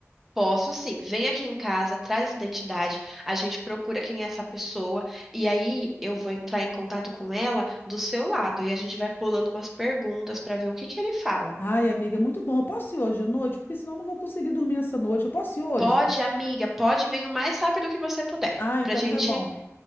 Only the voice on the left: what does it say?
Ai, amiga, é muito bom. Eu posso ir hoje à noite? Porque senão eu não vou conseguir dormir essa noite. Eu posso ir hoje?
Ah, então
tá bom.